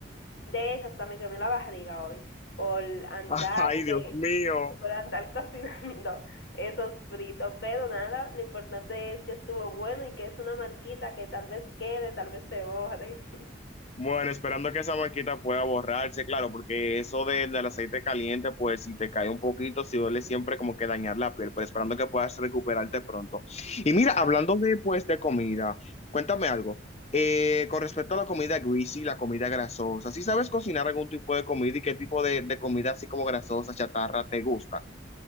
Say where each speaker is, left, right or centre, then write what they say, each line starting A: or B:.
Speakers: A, on the left; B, on the left.
A: De hecho, hasta me quemé la barriga hoy por andar
B: <laughs> Ay,
A: de
B: Dios mío.
A: por andar cocinando <laughs> esos fritos. Pero nada, lo importante es que estuvo bueno y que es una marquita que tal vez quede, tal vez se borre. <laughs>
B: Bueno, esperando que esa marquita pueda borrarse, claro, porque eso de- del aceite caliente, pues si te cae un poquito, si duele siempre como que dañar la piel, pero esperando que puedas recuperarte pronto. Y mira,
A: Claro.
B: hablando de, pues, de comida, cuéntame algo. Eh, con respecto a la comida greasy, la comida grasosa, si sabes cocinar algún tipo de comida y qué tipo de, de comida así como grasosa, chatarra, te gusta?